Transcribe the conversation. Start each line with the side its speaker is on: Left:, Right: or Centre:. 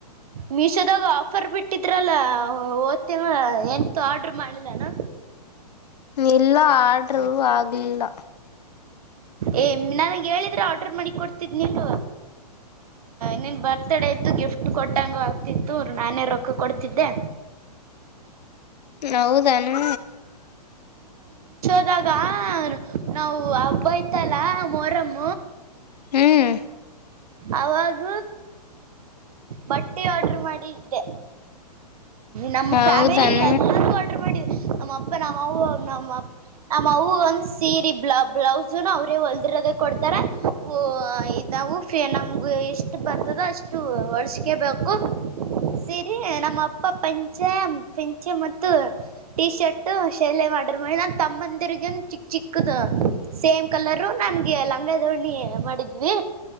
Right: ಮೀಶೊದ್ಗಾ ಆಫ್ ಫರ್ ಬಿಟ್ಟಿದ್ರಲ್ಲ ಓದ್ತೇನಳ್ ಎಂತೂ ಆರ್ಡ್ರ ಮಾಡ್ಲಿಲ್ನು.
Left: ಇಲ್ಲ ಆರ್ಡರು ಆಗ್ಲಿಲ್ಲ
Right: ಏ ನನಗೆ ಹೇಳಿದ್ರೆ ಆರ್ಡರ್ ಮಾಡಿ ಕೊಡ್ತಿದ್ನಲ್ಲ. ನಿನ್ ಬರ್ತಡೇ ಇತ್ತು ಗಿ ಫ್ಟ್ ಕೊಟ್ಟಂಗ ಆಗ್ತಿತ್ತು ನಾನೇ ರೊಕ್ಕ ಕೊಡ್ತಿದ್ದೆ.
Left: ಹೌದನು.
Right: ಇವಾಗ ನಾವು ಹಬ್ಬ ಇತ್ತಲ ಮೋರಂ.
Left: ಹ್ಮ್.
Right: ಅವಾಗ ಬಟ್ಟಿ ಆರ್ಡ್ರ ಮಾಡಿದ್ದೆ. ನಮ್ಮ
Left: ಹೌದಾನ
Right: ಫ್ಯಾಮಿಲಿ ಎಲ್ಲರೂ ಆರ್ಡರ್ ಮಾಡಿದ ನಮ್ಮ ಅಪ್ಪ ನಮ್ಮವು ನಮ್ಮ ನಮ್ಮ ಅವಒಂದ್ ಸೀರೆ ಬ್ಲ ಬ್ಲೌಸುನು ಅವ್ರೇ ಹೊಲ್ದಿರೋದೇ ಕೊಡ್ತಾರೆ ಓ ಇದ ನಾವು ಫ ನಮ್ಗೆ ಇಷ್ಟು ಬರ್ತದ ಅಷ್ಟು ಹೊಳ್ಸಕೇಬೇಕು ಸಿರಿ ನಮ್ಮ ಅಪ್ಪ ಪಂಚ ಪಂಚೆ ಮತ್ತು ಟಿ ಶರ್ಟ್ ಶೆಲೆ ಮಾಡ್ರ ಮ ನನ್ ತಮ್ಮಂದಿರ್ಗ ಚಿಕ್ ಚಿಕ್ಕದು ಸೇಮ್ ಕಲರು ನ ನನ್ಗೆ ಲಂಗ ದೋಣಿ ಮಾಡಿದ್ವಿ